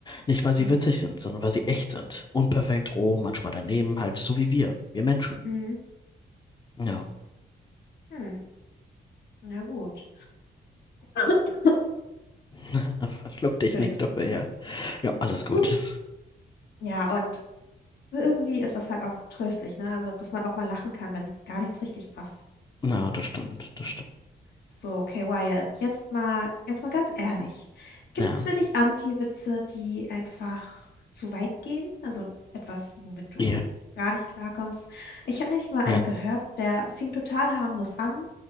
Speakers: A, on the left (about 25°); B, on the left (about 80°).
A: Nicht, weil sie
B: Hm?
A: witzig sind, sondern weil sie echt sind. Unperfekt, roh, manchmal daneben, halt so wie wir. Wir Menschen.
B: Hm.
A: Ja.
B: Hm. Na gut. <coughs>
A: <laughs> Verschluck dich
B: Entschuldigung.
A: nicht, oder ja. Ja, alles gut.
B: <laughs> Ja, und irgendwie ist das halt auch tröstlich, ne? Also, dass man auch mal lachen kann, wenn gar nichts richtig passt.
A: <laughs> Na, das stimmt, das stimmt.
B: So, okay, Wyatt, jetzt mal, jetzt mal ganz ehrlich. Gibt's
A: Ja.
B: für dich Anti-Witze, die einfach zu weit gehen? Also etwas, womit du
A: Ja.
B: gar nicht klarkommst? Ich habe nämlich mal einen
A: Ja.
B: gehört, der fing total harmlos an